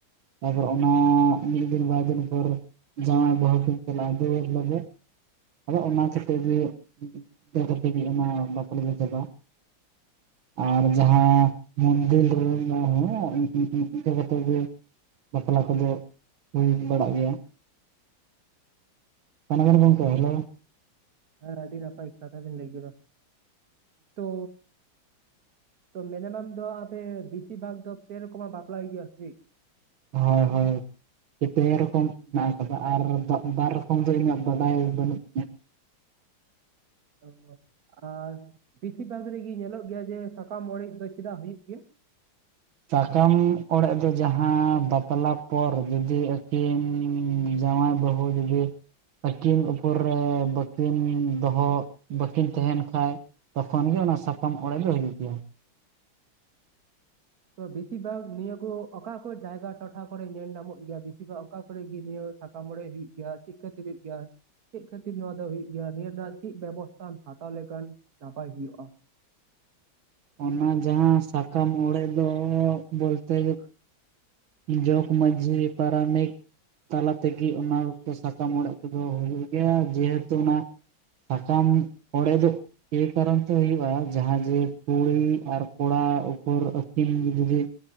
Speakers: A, on the right; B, on the right.
A: ᱛᱟᱯᱚᱨᱮ ᱚᱱᱟ ᱢᱤᱫ ᱫᱤᱱ ᱵᱟᱨ ᱫᱤᱱ ᱯᱚᱨ ᱡᱟᱶᱟᱭ ᱵᱟᱹᱦᱩ ᱠᱤᱱ ᱪᱟᱞᱟᱜᱼᱟ <unintelligible> ᱟᱫᱚ ᱚᱱᱟ ᱠᱚᱛᱮ ᱜᱮ <unintelligible> ᱚᱱᱟ ᱵᱟᱯᱞᱟ ᱫᱚ ᱪᱟᱵᱟᱜᱼᱟ᱾ ᱟᱨ ᱡᱟᱦᱟᱸ ᱢᱚᱱᱫᱤᱨ ᱨᱮ ᱦᱮᱸ ᱤᱱᱠᱟᱹ ᱠᱟᱛᱮᱫ ᱜᱮ ᱵᱟᱯᱞᱟ ᱠᱚ ᱫᱚ ᱦᱩᱭ ᱵᱟᱲᱟᱜ ᱜᱮᱭᱟ ᱚᱠᱟᱭ ᱱᱟᱵᱮᱱ ᱜᱚᱝᱠᱮ ᱦᱮᱞᱳ
B: ᱦᱮᱸ ᱟᱹᱰᱤ ᱫ ᱱᱟᱯᱟᱭ ᱠᱟᱛᱷᱟ ᱵᱤᱱ ᱞᱟᱹᱭ ᱠᱮᱫᱟ ᱛᱚ ᱛᱚ ᱢᱮᱱᱮᱢᱟᱢ ᱫᱚ ᱟᱯᱮ ᱵᱮᱥᱤᱨ ᱵᱷᱟᱜᱽ ᱫᱚ ᱯᱮ ᱨᱚᱠᱚᱢᱟᱜ ᱵᱟᱯᱞᱟ ᱦᱩᱭᱩᱜ ᱜᱮᱭᱟ ᱥᱮ ᱪᱮᱫ?
A: ᱦᱚᱭ ᱦᱚᱭ ᱯᱮ ᱨᱚᱠᱚᱢ ᱦᱮᱱᱟᱜ ᱟᱠᱟᱫᱟ ᱟᱨ ᱵᱟᱨ ᱨᱚᱠᱚᱢ ᱫᱚ ᱤᱧᱟᱹᱜ ᱵᱟᱰᱟᱭ ᱵᱟᱹᱱᱩᱜ ᱛᱤᱧᱟ ᱾
B: ᱚ ᱟᱨ ᱵᱤᱥᱤᱨ ᱵᱷᱟᱜᱽ ᱨᱤᱜᱤ ᱧᱮᱞᱚᱜ ᱜᱮᱭᱟ ᱡᱮ ᱥᱟᱠᱟᱢ ᱚᱲᱮᱡ ᱫᱚ ᱪᱮᱫᱟᱜ ᱦᱩᱭᱩᱜ ᱜᱮᱭᱟ?
A: ᱥᱟᱠᱟᱢ ᱚᱲᱟᱜ ᱫᱚ ᱡᱟᱦᱟᱸ ᱵᱟᱯᱞᱟ ᱯᱚᱨ ᱡᱩᱫᱤ ᱟᱹᱠᱤᱱ ᱡᱟᱶᱟᱭ ᱵᱟᱹᱦᱩ ᱡᱩᱫᱤ ᱟᱹᱠᱤᱱ ᱩᱯᱚᱨ ᱨᱮ ᱵᱟᱹᱠᱤᱱ ᱫᱚᱦᱚ ᱵᱟᱹᱠᱤᱱ ᱛᱟᱦᱮᱱ ᱠᱷᱟᱡ ᱛᱚᱠᱷᱚᱱ ᱜᱮ ᱚᱱᱟ ᱥᱟᱠᱟᱢ ᱚᱲᱮᱡ ᱫᱚ ᱦᱩᱭᱩᱜ ᱜᱮᱭᱟ ᱾ <inaudible>
B: ᱛᱚ ᱵᱤᱥᱤᱨ ᱵᱷᱟᱜᱽ ᱱᱤᱭᱟᱹ ᱠᱚ ᱚᱠᱟ ᱠᱚ ᱡᱟᱭᱜᱟ ᱴᱚᱴᱷᱟ ᱠᱚᱨᱮ ᱧᱮᱞ ᱧᱟᱢᱚᱜ ᱜᱮᱭᱟ ᱵᱤᱥᱤᱨ ᱵᱷᱟᱜ ᱚᱠᱟ ᱠᱚᱨᱮ ᱜᱮ ᱱᱤᱭᱟᱹ ᱥᱟᱠᱟᱢ ᱚᱲᱮᱡ ᱦᱩᱭᱩᱜ ᱜᱮᱭᱟ ᱪᱤᱠᱟᱹᱛᱮ ᱦᱩᱭᱩᱜ ᱜᱮᱭᱟ? ᱪᱮᱫ ᱠᱷᱟᱹᱛᱤᱨ ᱱᱚᱣᱟ ᱫᱚ ᱦᱳᱭᱳᱜ ᱜᱮᱭᱟ ᱱᱤᱭᱟᱹ ᱨᱮᱱᱟᱜ ᱪᱮᱫ ᱵᱮᱵᱚᱥᱛᱷᱟᱢ ᱦᱟᱛᱟᱣ ᱞᱮᱠᱷᱟᱱ ᱱᱟᱯᱟᱭ ᱦᱩᱭᱩᱜᱼᱟ
A: ᱚᱱᱟ ᱡᱟᱦᱟᱸ ᱥᱟᱠᱟᱢ ᱚᱲᱮᱡ ᱫᱚ ᱵᱚᱞᱛᱮ
B: <inaudible>
A: ᱡᱚᱜᱽ ᱢᱟᱺᱡᱷᱤ ᱯᱟᱨᱟᱱᱤᱠ ᱛᱟᱞᱟ ᱛᱮᱜᱮ ᱚᱱᱟ ᱥᱟᱠᱟᱢ ᱚᱲᱮᱡᱽ ᱠᱚᱫᱚ ᱦᱩᱭᱩᱜ ᱜᱮᱭᱟ ᱡᱮᱦᱮᱛᱩ ᱚᱱᱟ ᱥᱟᱠᱟᱢ ᱚᱲᱮᱡᱮᱫ ᱮᱭ ᱠᱟᱨᱚᱱ ᱛᱮ ᱦᱩᱭᱩᱜᱼᱟ ᱡᱟᱦᱟᱸ ᱡᱮ ᱠᱩᱲᱤ ᱟᱨ ᱠᱚᱲᱟ ᱩᱯᱚᱨ ᱟᱹᱠᱤᱱ ᱡᱩᱫᱤ